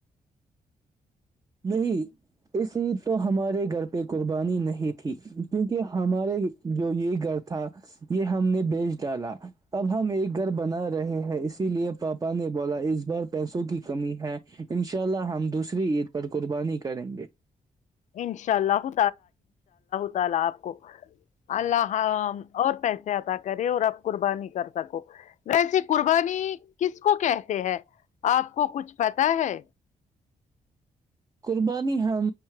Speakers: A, on the right; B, on the left.
A: نہیں اس عید تو ہمارے گھر پہ قربانی نہیں تھی کیونکہ ہمارے جو یہ گھر تھا یہ ہم نے بیچ ڈالا اب ہم ایک گھر بنا رہے ہیں اسی لیے پاپا نے بولا اس بار پیسوں کی کمی ہے ان شاء اللہ ہم دوسری عید پر قربانی کریں گے
B: انشاءاللہ تعالا اپ کو اللہ حرام اور اب قربانی کر سکیں ایسی قربانی کس کو کہتے ہیں اپ کو کچھ پتہ ہے
A: قربانی ہم